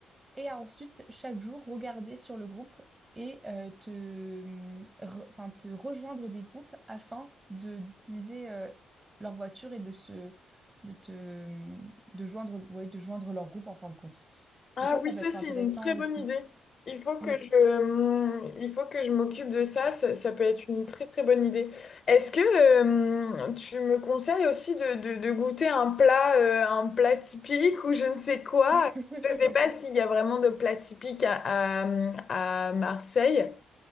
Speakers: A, on the right; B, on the left.
A: Et à ensuite, chaque jour, regarder sur le groupe et euh, te, hum, re- enfin, te rejoindre des groupes afin de d'utiliser euh, leur voiture et de se de te hum, de joindre ouais, de joindre leur groupe en fin de compte.
B: Ah
A: Et je pense que
B: oui,
A: ça
B: ça
A: peut être
B: c'est
A: intéressant
B: une très bonne
A: aussi.
B: idée. Il faut
A: Oui.
B: que je, hum, il faut que je m'occupe de ça. ça. ça peut être une très très bonne idée. Est-ce que euh, tu me conseilles aussi de, de- de goûter un plat, euh, un plat typique ou je ne sais quoi?
A: <laughs>
B: Je ne sais pas s'il y a vraiment de plat typique à, à, à Marseille.